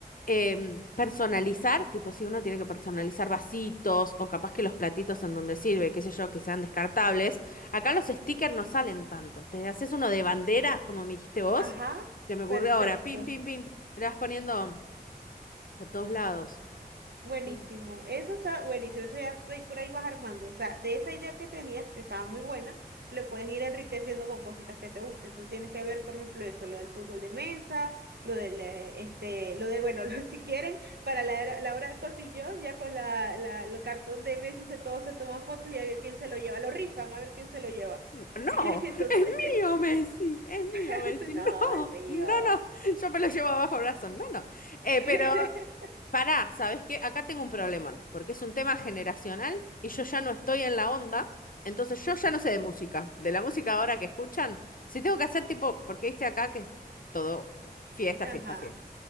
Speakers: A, on the left; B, on the right.
A: em, personalizar, tipo si uno tiene que personalizar vasitos o capaz que los platitos en donde sirve, qué sé yo, que sean descartables. Acá los stickers no salen tanto. Te haces uno de banderas, como me dijiste vos.
B: Ajá,
A: Se me ocurrió
B: perfecto.
A: ahora, pim, pim, pim. Le vas poniendo por todos lados.
B: Buenísimo,
A: Sí.
B: eso está buenísimo, eso ya tú por ahí vas armando, o sea, de esa idea que tenías, que estaba muy buena, le puedes ir enriqueciendo con cositas que te gusten, entonces tienes que ver, por ejemplo, eso, lo del fútbol de mesa, lo del, eh, este, lo de, bueno, <laughs> lo- si quieren, para la, era- la hora del cotillón, ya con la, la- el cartón de Messi, se, todos se toman fotos y a ver quién se lo lleva, lo rifan, a ver quién se lo lleva,
A: No,
B: <laughs> entonces,
A: es mío, Messi, es
B: <laughs>
A: mío, Messi.
B: tú, no,
A: <laughs>
B: es
A: No,
B: mío,
A: no, no, yo me lo llevo abajo el brazo. No, no. Eh,
B: <laughs>
A: pero Pará, ¿sabes qué? Acá tengo un problemón, porque es un tema generacional y yo ya no estoy en la onda, entonces yo ya no sé de música, de la música ahora que escuchan. Si tengo que hacer tipo, porque viste acá que es todo fiesta,
B: ajá,
A: fiesta, fiesta.